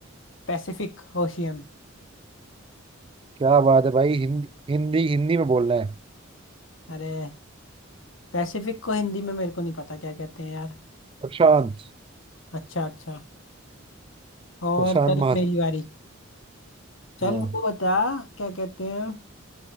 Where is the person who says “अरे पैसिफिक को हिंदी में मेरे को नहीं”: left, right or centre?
Left